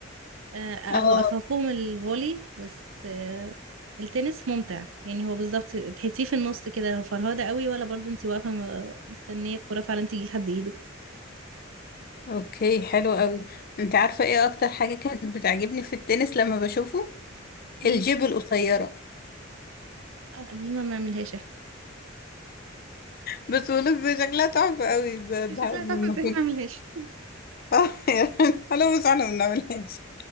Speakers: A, on the right (about 80°); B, on the left (about 50°).
A: آه،
B: اه
A: هو اخافهم الفولي بس آه، التنس ممتع يعني هو بالظبط تحسيه في النص كده لو فرهاده قوي ولا برضو انتي واقفه م- مستنيه الكره فعلا تيجي لحد ايدك
B: اوكي حلو قوي انت عارفة ايه اكتر حاجة كانت بتعجبني في التنس لما بشوفه
A: مم.
B: الجيب القصيرة
A: آه، دي ما بنعملهاش احنا
B: بس ولوك شكلها تحفة قوي ب... ب...
A: هي شكلها
B: لما
A: تحفة بس
B: كنت
A: احنا ملهاش
B: <laughs> اه يا بنت، حلو بس احنا ما بنعملهاش